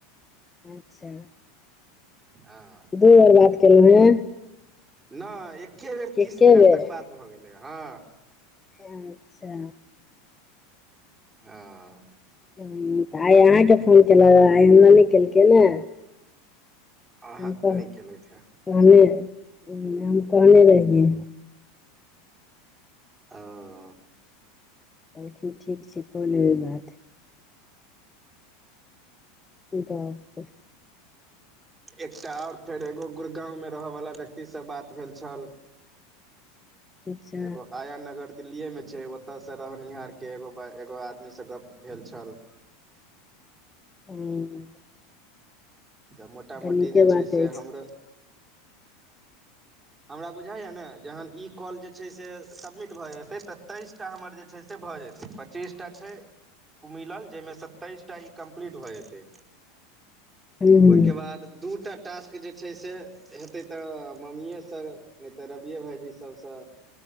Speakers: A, on the left (about 15°); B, on the right (about 20°).
A: अच्छा
B: हँ
A: दू बेर बात केलौं हेँ
B: नहि एक्के बेर तीस
A: एके
B: मिनट
A: बेर
B: तक बात भऽ गेलै हँ
A: अच्छा
B: आ
A: हूँ तऽ आइ अहाँके फोन केलगऽ आइ हमरा नहि केलकै ने
B: अहं
A: हम कह
B: नहि केलैथि है
A: कहने हम कहने रहियै
B: अओ
A: कहलखिन्ह ठीक छै कऽ लेबै बात कह <unintelligible>
B: एकटा आओर फेर एगो गुड़गाँंव मे रहऽ बाला व्यक्ति सँ बात भेल छल
A: अच्छा
B: एगो आया नगर दिल्लीए मे छै ओतय से रहनिहार के एगो एगो आदमी सँ गप भेल छल।
A: हूंम्म।
B: तऽ मोटा मोटी
A: नीके
B: जे
A: बात
B: छै से
A: अछि
B: हमरो हमरा बुझाइये ने जहन ई कॉल जे छै से सबमिट भए जेते तऽ तेइस टा हमर जे छै भऽ जेतै पच्चीसटा छै मिलल जाहिमे स तेइसटा ई कम्प्लीट भऽ जेतै।
A: हूँ हूँ
B: ओहिके बाद दूटा टास्क जे छै से हेतै तऽ मम्मीेयें सँ नहि तऽ रबिये भाईजी सबसँ